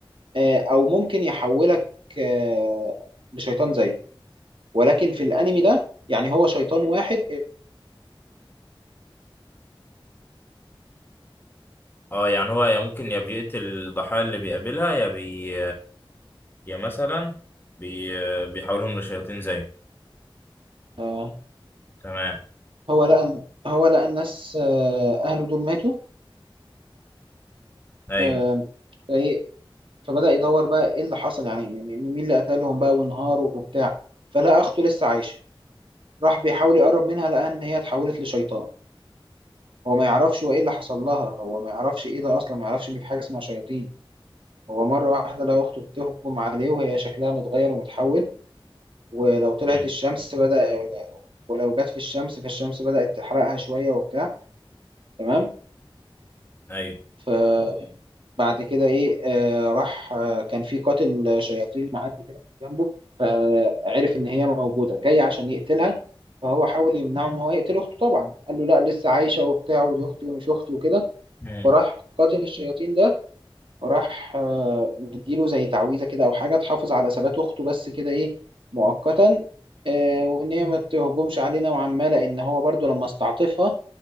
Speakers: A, on the right; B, on the left.
A: آه او ممكن يحولك آه لشيطان زيه ولكن في الانمي ده يعني هو شيطان واحد
B: اه يعني هو يا ممكن يا بيقتل الضحايا اللي بيقابلها يا بي يا مثلا بي بيحولهم لشياطين زيه
A: آه
B: تمام
A: هو لقى هو لقى الناس آه اهله دول ماتوا
B: ايوه
A: آه فايه فبدأ يدور بقى ايه اللي حصل يعني يعني مين اللي قتلهم بقى وانهاروا وبتاع فلقى اخته لسه عايشه راح بيحاول يقرب منها لقى ان هي اتحولت لشيطان هو ما يعرفش هو ايه اللي حصل لها هو ما يعرفش ايه ده اصلا ما يعرفش ان في حاجه اسمها شياطين هو مره واحده لقى اخته بتهجم عليه وهي شكلها متغير ومتحول ولو طلعت
B: مم.
A: الشمس بدأ ولو جت في الشمس فالشمس بدأت تحرقها شويه وبتاع تمام
B: ايوه
A: فبعد كده ايه آه راح آه كان في قاتل شياطين معدي كده جنبه فعرف ان هي موجوده جاي عشان يقتلها فهو حاول يمنعه ان هو يقتل اخته طبعا قال له لا لسه عايشه وبتاع ودي اختي ومش اختي وكده
B: مم.
A: وراح قاتل الشياطين ده راح آه، مديله زي تعويذة كده أو حاجة تحافظ على ثبات أخته بس كده إيه مؤقتا آه، وإن هي ما تهجمش علينا وعمالة لأن هو برضو لما استعطفها